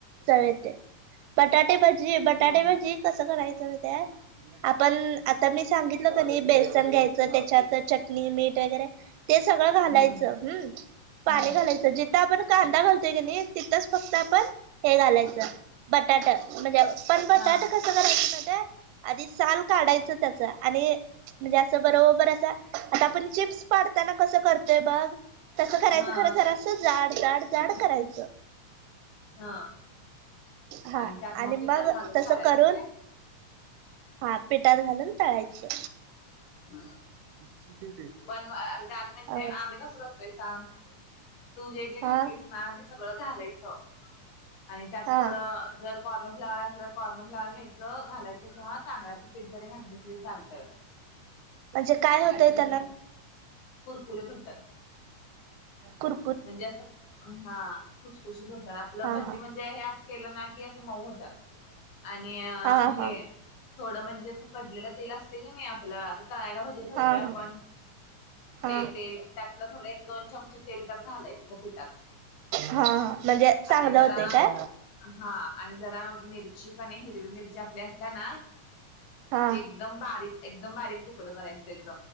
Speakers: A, on the right; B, on the left.
A: चवेत बटाटे भजी बटाटे
B: होय
A: भजी कसं करायचं माहीत हाय. आपण आता मी सांगितलं कनी बेसन घ्यायचं त्याच्यात च चटणी मीठ वगैरे ते सगळं घालायचं
B: हम्म
A: हम् पाणी
B: हम्म
A: घालायचं ज आपण कांदा घालतोय की नाही तिथंच फक्त आपण हे घालायचं बटाटा म्हणजे पण बटाटा
B: हा
A: कस करायच ना आधी साल काढायचं त्याच आणि म्हणजे असं बरोबर अस आता आपण चिप्स पाडताना कसं करतोय बघ तसं करायचं
B: हा
A: खर जरा असं जाड जाड जाड करायचं
B: हा
A: हा
B: त्यात
A: आणि
B: पिठात
A: मग
B: घालून
A: तस
B: तळायचं
A: करून
B: काय
A: हा पीटात घालून टळायचे
B: हम्म
A: <inaudible>
B: पण दात म्हणजे
A: अ
B: आम्ही कसं करतोय सांग तूझे जे घातलीस
A: हा
B: ते सगळं घालायचं आणि त्यात
A: हा
B: थोडं जर कॉर्नफ्लावर असलं कॉर्न फ्लावर घ्यायचं घालायचं किंवा तांदळाचं पीठ जरी घातलं तरी चालतंय
A: म्हणजे काय होतय त्याना
B: कु. रकुर होतात
A: कुर
B: म्हणजे असं हा खुशखुशीत होतात आपलं
A: हा
B: भजी
A: हा
B: म्हणजे हे केलं ना की असं मऊ होतात आणि
A: हा
B: हे
A: हा
B: थोडं म्हणजे असं कडलेलं तेल असत क नाही आपलं आता तळायला भाजे ठेवतोय
A: हा
B: आपण
A: हा हा
B: ते ते त्यात थोडे एक दोन चमचे तेल घालायचपात
A: हा म्हणजे चांगलं
B: आणि जरा
A: होतंय काय
B: हा आणि जरा मिरची क हिरवी मिरची आपली असते ना
A: हा
B: ते एकदम बारीक एकदम बारीक तुकडं करायचं त्याच